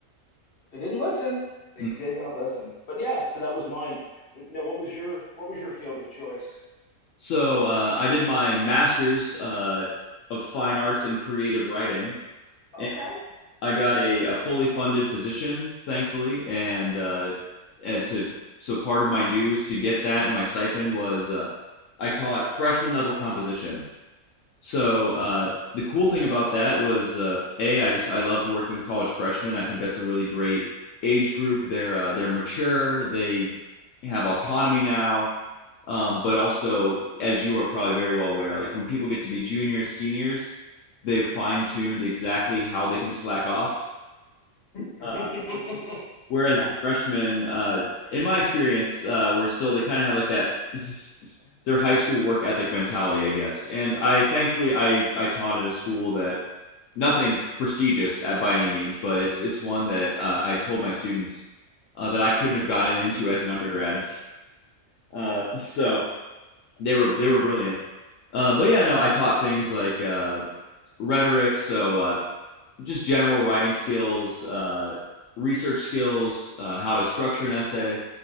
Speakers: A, on the left (about 50°); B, on the left (about 75°).
A: But they didn't listen. They
B: Mm.
A: did not listen. But yeah, so that was mine. No, what was your what was your field of choice?
B: So, uh, I did my master's uh, of fine arts in creative writing,
A: Okay.
B: and I got a, a fully funded position, thankfully. And uh, and to so part of my dues to get that, my stipend was uh, I taught freshman level composition. So uh, the cool thing about that was uh, a I just I loved working with college freshmen. I think that's a really great age group. They're uh, they're mature. They have autonomy now. Um, but also, as you are probably very well aware, like when people get to be juniors, seniors, they've fine tuned exactly how they can slack off.
A: <laughs>
B: Uh, whereas
A: Yes.
B: the freshmen, uh, in my experience, uh, were still they kind of had like that <laughs> their high school work ethic mentality, I guess. And I thankfully I I taught at a school that nothing prestigious at, by any means, but it's it's one that uh, I told my students uh, that I couldn't have gotten into as an undergrad. Uh, so they were they were brilliant. Uh, but yeah, no, I taught things like uh, rhetoric, so uh, just general writing skills, uh, research skills, uh, how to structure an essay.